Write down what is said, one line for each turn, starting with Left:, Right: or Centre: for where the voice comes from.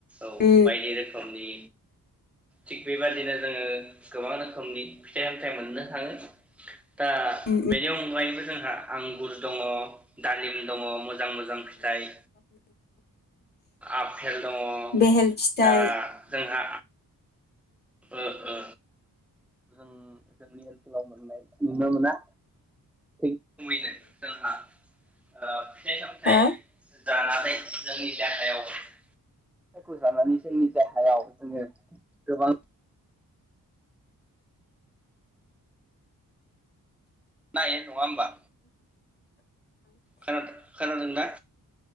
Centre: औ
Left: उम
Centre: बायदि रोखोमनि थिग' बेबादिनो जोङो गोबां रोखोमनि फिथाइ सामथायाइ मोननो थाङो दा
Left: उम
Centre: बेनि अनगायैबो जोंहा आंगुर दङ दालिम दङ मो मोजां मोजां फिथाइ आफेल दङ
Left: बेहेल फिथाइ
Centre: दा जोंहा ओ ओ जों जोंनि ओनसोलाव मोननाय नुनो मोना <inaudible> <unintelligible> जोंहा आ फिथाइ सामथाइ
Left: हा
Centre: जानानै जोंनि देहायाव फिथाइखौ जानानै जोंनि देहायाव जोङो गोबां मोनन्नो हायो नङा होमबा खोनादों खोनादोंना